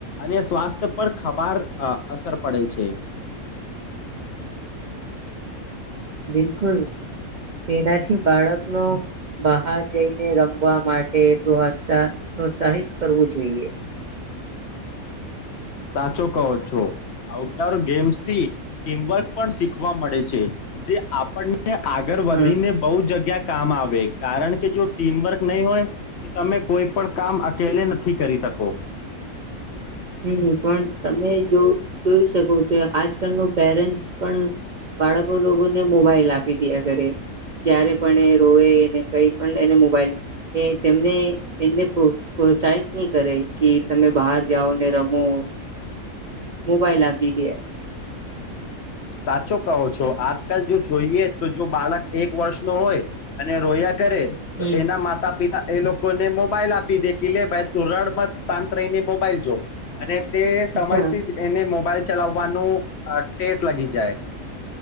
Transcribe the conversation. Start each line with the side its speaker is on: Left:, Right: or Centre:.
Left: અને સ્વાસ્થ્ય પર ખભાર અસર પડે છે.
Right: બિલકુલ તેનાથી બાળક નો બહાર જઈને રમવા માટે પ્રત્સા પ્રોત્સાહિત કરવું જોઈએ.
Left: સાચો કહો છો આઉટડોર ગેમ્સથી ટીમવર્ક પણ શીખવા મળે છે જે આપણને આગળ
Right: હમ
Left: વધીને બહુ જગ્યા કામ આવે કારણ કે જો ટીમવર્ક નહી હોય તો તમે કોઈ પણ કામ અકેલે નથી કરી શકો.
Right: હમ્મ પણ તમે જો જોઈ શકો છો આજકાલ ન પેરેન્ટ્સ પણ બાળકો લોકોને મોબાઈલ આપી દીયા કરે જ્યારે પણ એ રોયે ને કઈ પણ એને મોબાઈલ એ તેમને એને પ્રોત્સાહિત નહી કરે કે તમે બહાર જાઓ ને રમો મોબાઈલ આપી દીયે.
Left: સાચો કહો છો આજકાલ જો જોઈએ તો જો બાળક એક વર્ષ નો હોય અને રોયા કરે તો
Right: હમ
Left: એના માતા પિતા એ લોકોને મોબાઈલ આપી દેખ લે ભાઈ તું રડમાં શાંત રહીને મોબાઈલ જો. અને તે સમજથી
Right: હા
Left: જ એને મોબાઈલ ચલાવવાનું હ ટેસ લગી જાય.